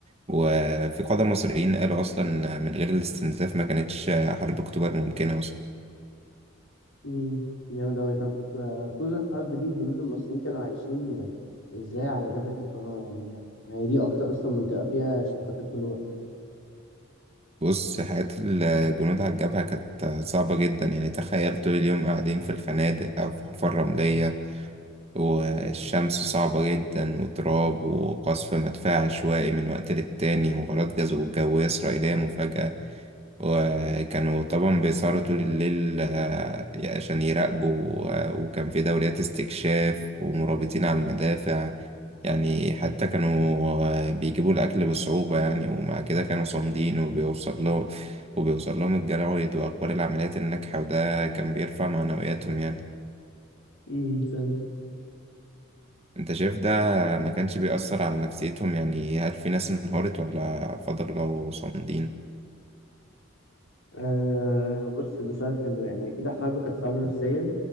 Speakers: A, on the right; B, on the left.
A: وفي قادة مصريين قالوا أصلا من غير الاستنزاف ما كانتش آه، حرب أكتوبر ممكنة أصلا
B: مم، جامد أوي طب آه، طول الحرب دي الجنود المصريين كانوا عايشين آه، إزاي على جبهة القناة يعني ما ما هي دي أكتر أصلا منطقة فيها اشتباكات طول الوقت.
A: بص حياة الجنود على الجبهة كانت آه، صعبة جدا يعني تخيل طول اليوم قاعدين في الخنادق أو في حفر رملية والشمس صعبة جدا وتراب وقصف مدفع عشوائي من وقت للتاني وغارات جزو جوية إسرائيلية مفاجئة وكانوا طبعا بيسهروا طول الليل آه، عشان يراقبوا آه، وكان في دوريات استكشاف ومرابطين على المدافع يعني حتى كانوا آه، بيجيبوا الأكل بصعوبة يعني ومع كده كانوا صامدين وبيوصل لهم وبيوصل لهم الجرايد وأخبار العمليات الناجحة وده كان بيرفع معنوياتهم يعني
B: امم فهمت
A: انت شايف ده ما كانش بيأثر على نفسيتهم يعني هل في ناس انهارت ولا فضلوا صامدين؟
B: أه بص ده سؤال حلو يعني أكيد الحرب كانت صعبة نفسيا